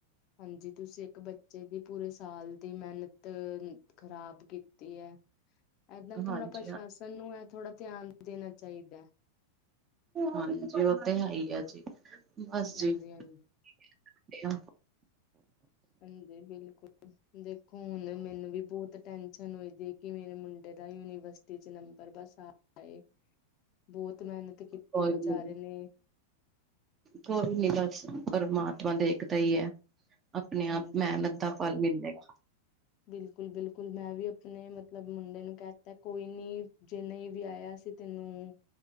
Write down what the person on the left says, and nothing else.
ਹਾਂਜੀ ਤੁਸੀਂ ਇੱਕ ਬੱਚੇ ਦੀ ਪੂਰੇ ਸਾਲ ਦੀ ਮਿਹਨਤ ਖ਼ਰਾਬ ਕੀਤੀ ਹੈ ਏਦਾਂ ਥੋੜ੍ਹਾ
ਪ੍ਰਸ਼ਾਸਨ ਨੂੰ ਹੈ ਥੋੜਾ ਧਿਆਨ ਦੇਣਾ ਚਾਹੀਦਾ।
ਹਾਂਜੀ
ਹਾਂਜੀ। ਹਾਂਜੀ ਬਿਲਕੁਲ ਦੇਖੋ ਹੁਣ ਮੈਨੂੰ ਵੀ ਬਹੁਤ ਟੈਨਸ਼ਨ ਹੋਦੀ ਕਿ ਮੇਰੇ ਮੁੰਡੇ ਦਾ ਯੂਨੀਵਰਸਿਟੀ ਚ ਨੰਬਰ ਬਸ ਆ ਏ। ਬਹੁਤ ਮਿਹਨਤ ਕੀਤੀ
ਹੈ ਵਿਚਾਰੇ
ਨੇ।
ਹਾਂਜੀ
ਬਿਲਕੁਲ-ਬਿਲਕੁਲ ਮੈਂ ਵੀ ਆਪਣੇ ਮਤਲਬ ਮੁੰਡੇ ਨੂੰ ਕਹਿ ਦਿੱਤਾ ਕੋਈ ਨੀ ਜੇ ਨਈ ਵੀ ਆਇਆ ਅਸੀਂ ਤੈਨੂੰ